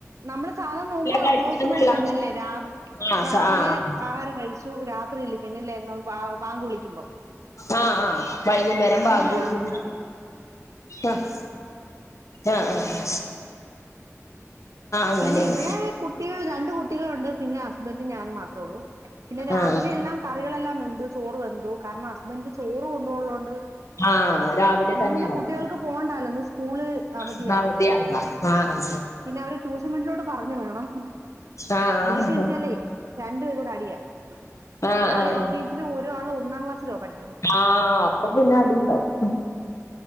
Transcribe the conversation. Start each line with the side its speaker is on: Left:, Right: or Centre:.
Right: നമ്മള് സാദാ നോമ്പ്
Left: കാര്യത്തിനുംന്നല്ല
Right: നോക്കുന്ന കൂട്ട് തന്നെ അല്ലെ രാവ്‌
Left: ആഹ്
Right: രാവിലെ
Left: സ ആഹ്
Right: ആഹാരം കഴി ച്ചു രാത്രില്ലേ പിന്നിലെ ബാ ബാങ്ക് വിളിക്കുമ്പോ
Left: ആഹ് ആഹ് വൈകുന്നേരം ബാങ്ക്
Right: അങ്ങനെ
Left: വിളിച്ചിട്ട്
Right: ആഹ് ആഹ്
Left: ആഹ് ആഹ് ആഹ് ആഹ് അങ്ങനെയാണ്
Right: പിന്നെ ഇവടെ കുട്ടികൾ രണ്ട് കുട്ടികളുണ്ട് പിന്നെ ഹസ്ബന്റും ഞാനും മാത്രേ ഒള്ളു പിന്നെ രാവിലെ
Left: ആഹ്
Right: എല്ലാം കറികളെല്ലാം വെന്തു ചോറ് വെന്തു കാരണം ഹസ്ബന്റ് ചോറ് കൊണ്ട് പോവാൻ ഉള്ളതോണ്ട്
Left: ആഹ് രാവിലെ
Right: ഇന്ന്
Left: തന്നെ
Right: പിന്നെ
Left: ആവും
Right: കുട്ടികൾക്ക് പോവണ്ടാവുല്ല ഇന്ന് സ്കൂള് അവധിയാ
Left: ഇന്ന് അവധിയാണല്ലോ ആഹ് ആഹ്
Right: പിന്നെ അവര് ട്യൂഷൻ വീട്ടിലോട്ട് പറഞ് വിടണം
Left: ആഹ് ആഹ്
Right: വീട്ടി ഇരുത്തിയാലേ രണ്ടു പേരൂടെ അടിയാ
Left: ആഹ് ആഹ്
Right: ഒരാള്
Left: ആഹ്
Right: എൽ കെജി ലും ഒരാള് ഒന്നാം ക്ലാസ്സിലുമാ പഠി
Left: ആഹ് അപ്പൊ പിന്നെ അടിണ്ടാവും